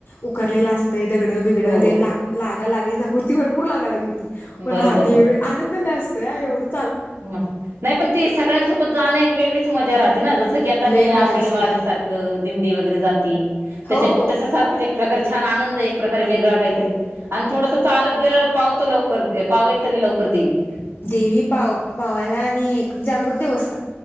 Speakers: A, on the left; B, on the right.
A: उकरलेला असत ते दगडं बिगडं
B: हो
A: ते लाग लागा लाग जगती भरपूर लागा लागी होते पण
B: बरोबर
A: हा देवे आनंदाने असतो एकढ
B: म नाही पण ती सगळ्यांसोबत जाणं एक वेगळीच मजा राहते ना जसं ज की आता
A: लय
B: हे
A: मजा
B: आषाढी
A: असत्या
B: वारी सारखं दिंडी वगैरे जाते
A: हो
B: त्या
A: हो
B: त्याच्यासारखंच एक प्रकार छान आनंद एक प्रकारे वेगळा काहीतरी आणि थोडस चालत गे पावतो लवकर पावेल तरी लवकर देवी
A: देवी पाव पावायला आणि जागृत देवस्थ